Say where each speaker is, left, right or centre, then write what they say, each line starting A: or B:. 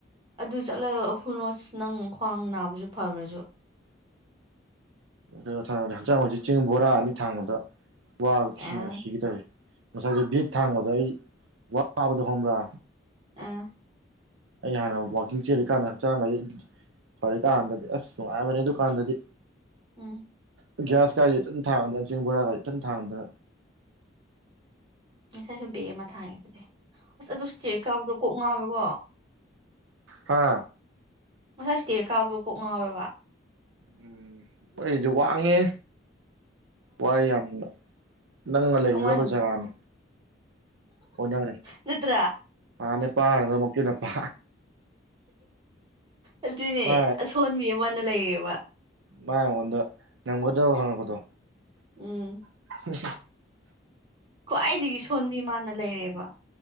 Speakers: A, on the right; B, on the right.
A: ꯑꯗꯨ ꯆꯠꯂꯒ ꯍꯨꯅꯣꯁ ꯅꯪ ꯈ꯭ꯋꯥꯡ ꯅꯥꯕꯖꯨ ꯐꯒ꯭ꯔꯖꯨ
B: ꯑꯗꯨ ꯁꯥꯡꯅ ꯆꯦꯡ ꯍꯧꯖꯤꯛ ꯆꯦꯡ ꯕꯣꯔꯥ ꯑꯅꯤ ꯊꯥꯡꯕꯗ ꯋꯥꯕ
A: ꯑꯦꯁ
B: ꯁꯤꯅ ꯁꯤꯒ ꯇꯧꯋꯦ ꯉꯁꯥꯏꯒꯤ ꯕꯦꯛ ꯊꯥꯡꯕꯗ ꯑꯩ ꯋꯥꯕꯗ ꯍꯣꯡꯕ꯭ꯔꯥ
A: ꯑ
B: ꯑꯩ ꯍꯥꯟꯅ ꯋꯥꯛꯀꯤꯡ ꯆꯦꯜꯂꯤꯀꯥꯟꯗ ꯍꯛꯆꯥꯡꯒꯥꯁꯤ ꯐꯔꯦꯀꯥꯟꯗꯗꯤ ꯑꯁ ꯅꯨꯡꯉꯥꯏꯕꯅꯦ ꯑꯗꯨꯀꯥꯟꯗꯗꯤ
A: ꯎꯝ
B: ꯎ ꯒ꯭ꯌꯥꯁ ꯀꯥꯥꯁꯦ ꯇꯪ ꯊꯥꯡꯗꯅ ꯆꯦꯡ ꯕꯣꯔꯥ ꯀꯥꯁꯦ ꯇꯪ ꯊꯥꯡꯗꯅ
A: ꯉꯁꯥꯏꯁꯨ ꯕꯦꯒ ꯑꯃ ꯊꯥꯡꯉꯦ ꯑꯁ ꯑꯗꯨ ꯏꯁꯇꯤꯔꯠ ꯀꯥꯕꯗꯣ ꯀꯣꯛ ꯉꯥꯉꯤꯀꯣ
B: ꯍꯥ
A: ꯉꯁꯥꯏ ꯏꯁꯇꯦꯔ ꯀꯥꯕꯗꯣ ꯀꯣꯛ ꯉꯥꯎꯋꯦꯕ
B: ꯎꯝ ꯑꯩꯗꯤ ꯋꯥꯡꯉꯦ ꯋꯥꯏ ꯌꯥꯝꯅ ꯅꯪꯅ ꯂꯩꯒꯦꯗꯕ
A: ꯀꯃꯥꯏꯅꯕꯨ
B: ꯖꯒꯥꯅꯤ
A: ꯀꯥꯎ
B: ꯑꯣꯟꯅꯔꯦ
A: ꯅꯠꯇ꯭ꯔꯥ
B: ꯑ ꯅꯄꯥꯔꯗ ꯑꯃꯨꯛꯀꯤꯅꯄꯥ
A: ꯑꯗꯨꯅꯦ
B: ꯃꯥ
A: ꯑꯁꯣꯟꯕꯤ ꯑꯃꯅ ꯂꯩꯔꯦꯕ
B: ꯃꯥ ꯑꯩꯉꯣꯟꯗ ꯉꯝꯒꯗ꯭ꯔꯣ ꯍꯪꯉꯛꯄꯗꯣ
A: ꯎꯝ
B: ꯎꯝ
A: ꯈ꯭ꯋꯥꯏꯗꯒꯤ ꯁꯣꯟꯕꯤ ꯃꯥꯅ ꯂꯩꯔꯦꯕ